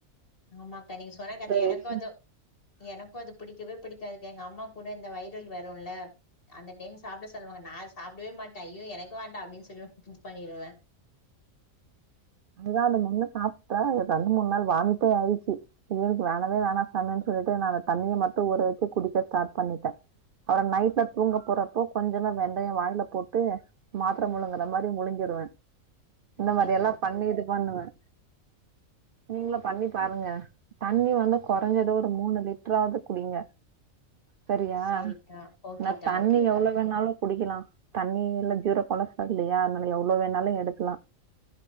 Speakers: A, on the left; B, on the right.
A: ஆமாக்கா நீங்க சொன்ன கரெக்ட் எனக்கு
B: வச்சு
A: அது எனக்கு அது பிடிக்கவே பிடிக்காது கா எங்க அம்மா கூட இந்த வையிர் வலி வருன்ல அந்த டைம் சாப்பிட தருவாங்க நான் சாப்டவே மாட்டன் ஐயோ எனக்கு வேண்டாம் அப்டின்னு சொல்லி ஸ்கிப் பண்ணிடுவேன்
B: அதுதான் அது மண்ணே சாப்பிட்டா ரெண்டு மூணு நாள் வாமிட்டே ஆயிடுச்சு ஐயோ வேணவே வேணாம் சாமி சொல்லிட்டு நான் அந்த தண்ணிய மட்டு ஊற வச்சு குடிக்க ஸ்டார்ட் பண்ணிட்டேன் அப்றம் நைட்ல தூங்க போறப்போ கொஞ்சன வெந்தயம் வாயில போட்டு மாத்ர முழுங்குற மாரி முழுங்கிருவேன் இந்த
A: ஓகேக்கா
B: மாரி எல்லா பண்ணி இது பண்ணுவேன் நீங்ளும் பண்ணி பாருங்க தண்ணி வந்து குறைஞ்சது ஒரு மூணு லிட்டராவது குடிங்க சரியா
A: சேரிக்கா ஓகேக்கா
B: நா தண்ணி
A: ஓகேக்கா
B: எவ்ளோ வேணாலு குடிக்கலாம் தண்ணி இல்ல ஜீரோ கொலஸ்ட்ரால் இல்லையா அதனால எவ்ளோ வேணாலு எடுக்கலாம்